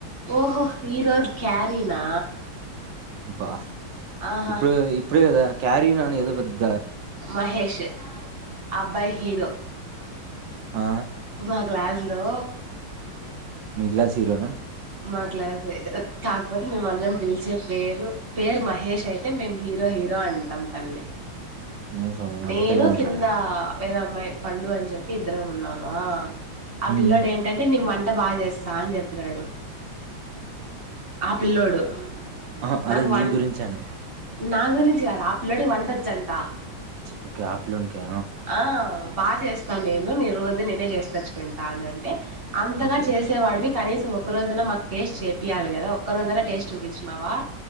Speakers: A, on the right (about 35°); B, on the right (about 70°).
A: ఓహో ఈ రోజు క్యారీనా
B: బా
A: ఆహా
B: ఇప్పుడు ఇప్పుడే కదా క్యారీ నని ఏదో పద్ద
A: మహేష్ష్ అబ్బా హీరో
B: ఆ
A: బ గ్లాస్ హలో
B: మి హీరోనా
A: మా క్లాసే కాకపోతే మేము అందరం పిలిచే పేరు పేరు మహేష్ అయితే మే హ ో హీరో అంటాం తల్న్ని
B: ఏం స్వామి
A: నేను
B: అంత తెల్లగుంటాడా
A: కింద వేరే అమ్మాయి పండు అని చెప్పి ఇద్దరం ఉన్నామా ఆ
B: ఉమ్
A: పిల్ల్లోడు ఏంటంటే నివంత అ బాగా చేస్తంది అని చెప్పినాడు పిల్లోడు
B: ఆ
A: నాకు
B: అదే
A: వంట
B: నీ గురించా అని
A: నా గురించి కాదు ఆ పిల్ల్లోడికి వంటొచ్చంట
B: ఓకే ఆ పిల్లోనికా
A: ఆ బాగా చేస్తా నేను రోజు నేనే చేసుకచ్చుకుంటా అంటే అంతగా
B: ఓకే
A: చేసేవాడివి కనీస ఒక రోజన్న మాకు టేస్ట్ చేపియ్యాలి కదా ఒక్క రోజనా టేస్ట్ చూపించినవా